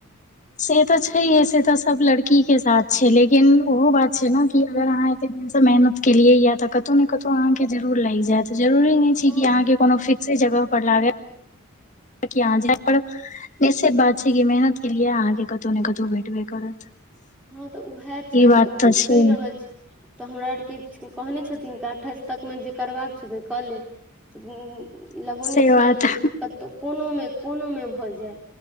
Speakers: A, on the left; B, in the centre.
A: से तऽ छैहे से तऽ सब लड़की के साथ छै लेकिन ओहो बात छै ने कि अगर अहाँके मेहनत केलियै ये तऽ कतहु ने कतहु अहाँ के जरुर लागि जाएत से जरुरी नहि छै
B: हँ
A: की आहाँ के कोनो फिक्से जगह पर लागे की अहाँ जै पड़त निश्चित बात छै कि मेहनत केलिए अहाँके कतौ ने कतौ भेटबे करत
B: हँ तऽ उएह छै
A: ई बात
B: तऽ उ
A: छै
B: कहि रहल छै तऽ हमरा आरके कहने छथिन की अट्ठाइस तकमे जे करबाक छौ सेऽ कऽ ले त उम्म लगौने
A: से बात
B: छियनि जे कतहु कोनोमे कोनोमे भऽ जाय